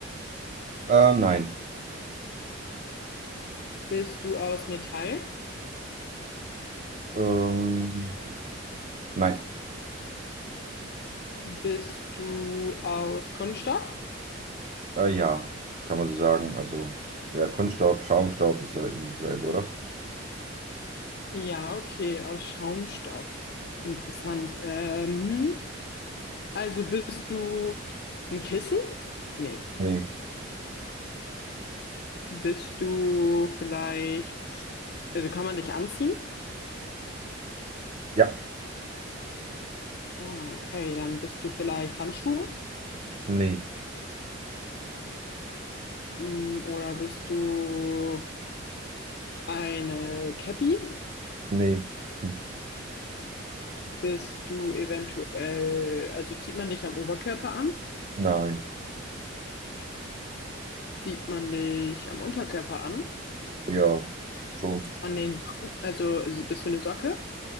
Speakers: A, on the right; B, on the left.
A: Ähm, nein.
B: Bist du aus Metall?
A: Ähm, nein.
B: Bist du aus Kunststoff?
A: Äh, ja, kann man so sagen. Also, ja, Kunststoff, Schaumstoff ist ja irgendwie dasselbe, oder?
B: Ja, okay, aus Schaumstoff. Interessant. Ähm, Also bist du ein Kissen? Nee.
A: Nee.
B: Bist du vielleicht, also kann man dich anziehen?
A: Ja.
B: Ja, okay, dann bist du vielleicht Handschuhe?
A: Nee.
B: Mm, Oder bist du eine Cappy?
A: Nee. Hm.
B: Bist du eventuell, also zieht man dich am Oberkörper an?
A: Nein.
B: Zieht man dich am Unterkörper an?
A: Ja, schon.
B: An den Socken? Also also bist du eine Socke?